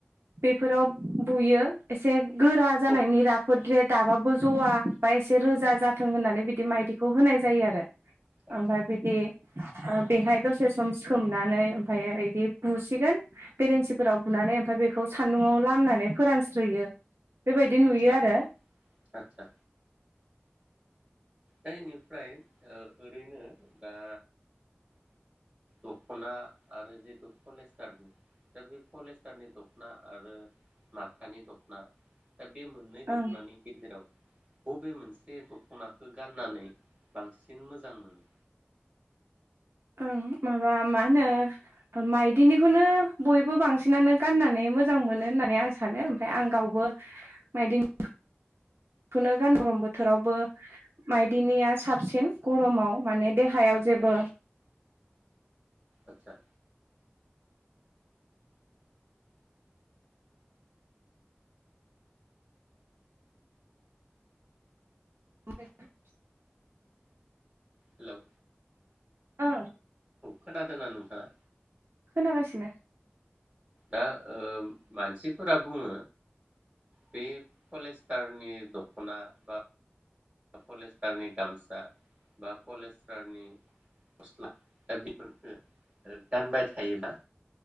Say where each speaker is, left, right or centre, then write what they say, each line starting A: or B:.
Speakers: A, on the right; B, on the right.
A: बेफोराव बुयो एसे गोरा जानायनि
B: औ
A: राफोद जे दाबाबो जवा बा एसे रोजा
B: औ
A: जाथों होननानै बिदि माइदि खौ होनाय जायो आरो
B: आदसा
A: ओमफाय बिदि ओ बेहाय दसे सम सोमनानै ओमफायो इदि बुसिगोन बेरेन्सिफोराव बुनानै ओमफाय बेखौ सान्दुंङाव लामनानै फोरानस्रोयो बेबायदि नुयो
B: आदसा
A: आरो
B: आदसा दा इनिफ्राय ओ ओरैनो दा दखना आरो जितु पलेस्टार दा बे पलेस्टारनि दखना आरो माथानि दखना दा बे मोननै दखनानि
A: ओं
B: गेजेराव बबे मोनसे से दखनाखो गाननानै बांसिन मोजां मोनो
A: ओं माबा मा होनो माइदिनिखौनो बयबो बांसिनानो गाननानै मोजां मोनो होननानै आं सानो ओमफाय आं गावबो माइदिनि खोनो गानो गरम बोथोरावबो माइदिनिया साबसिन गरमाव माने देहायाव
B: आदसा
A: जेबो
B: आतसा
A: <unintelligible>
B: हेलौ
A: ओ
B: खोनादोना नोंथाङा?
A: खोनागासिनो
B: दा ओ मानसिफोरा बुङो बे पलेस्टारनि दखना बा पलेस्टारनि गामसा बा पलेस तार गस्ला दा बेफोरखौ ओ गानबाय था थायोबा